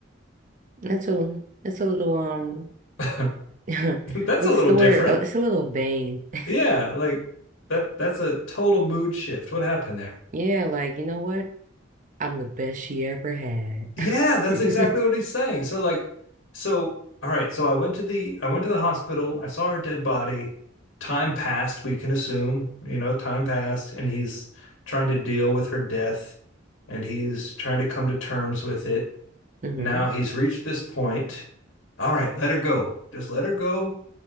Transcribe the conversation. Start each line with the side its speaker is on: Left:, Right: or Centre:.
Right: That's a it's a little um
Left: <laughs>
Right: <laughs>
Left: that's
Right: what's
Left: a little
Right: the
Left: different.
Right: word? Oh, it's a little vain. <laughs>
Left: Yeah, like that that's a total mood shift. What happened there?
Right: Yeah, like you know what? I'm the best she ever had.
Left: Yeah, that's
Right: <laughs>
Left: exactly what he's saying. So like, so all right, so I went to the I went to the hospital, I saw her dead body. Time passed, we can assume, you know, time passed, and he's trying to deal with her death and he's trying to come to terms with it.
Right: hmm
Left: Now he's reached this point. All right, let her go. Just let her go.